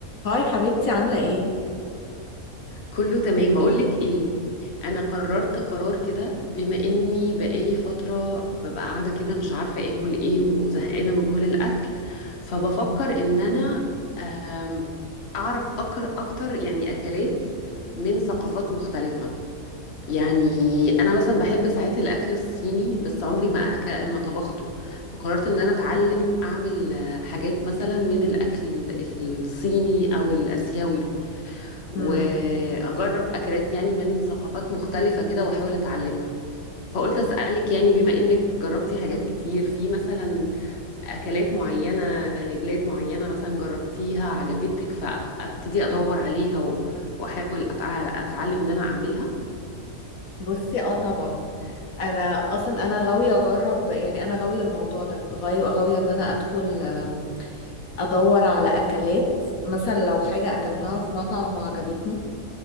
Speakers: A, on the left; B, on the left.
A: هاي حبيبتي عاملة ايه؟
B: كله تمام بقولك ايه انا قررت قرار كده بما اني بقالي فترة ببقى قاعدة كده مش عارفة اكل ايه وزهقانة من كل الاكل فبفكر ان انا أم، اعرف أكر اكتر يعني اكلات من ثقافات مختلفة يعني انا مثلا بحب ساعات الاكل الصيني بس عمري ما أك... ما طبخته فقررت ان انا اتعلم اعمل آه، حاجات مثلا من الاكل الصيني او الاسيوي واجرب
A: مم.
B: اكلات يعني من ثقافات مختلفه كده واحاول اتعلمها فقلت اسالك يعني بما انك جربتي حاجات كتير في مثلا اكلات معينه لبلاد معينه مثلا جربتيها عجبتك فابتدي ادور عليها و- واحاول أتع- اتعلم ان انا اعملها
A: بصي اه طبعا انا اصلا انا غاوية اجرب يعني انا غاوية الموضوع ده غاوية غاوية ان انا ادخل آم، ادور على اكلات مثلا لو حاجة اكلتها
B: مم.
A: في مطعم وعجبتني